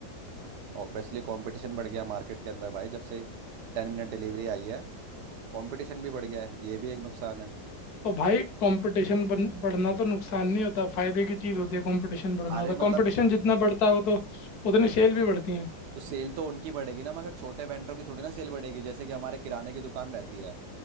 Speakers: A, on the right; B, on the left.
A: ऑब्वियसली कंपटीशन बढ़ गया मार्केट के अंदर भाई जब से टेन मिनट डिलीवरी आई है कंपटीशन भी बढ़ गया है ये भी एक नुकसान है
B: तो भाई कंपटीशन बढ़ना तो नुकसान नहीं होता फायदे की चीज़ होती है कंपटीशन बढ़ना
A: अरे
B: तो
A: मतलब
B: कंपटीशन जितना बढ़ता है वो तो उतनी सेल भी बढ़ती है
A: तो सेल तो उनकी बढ़ेगी ना मगर छोटे वेंडर की थोड़ी ना सेल बढ़ेगी जैसे कि हमारे किराने की दुकान रहती है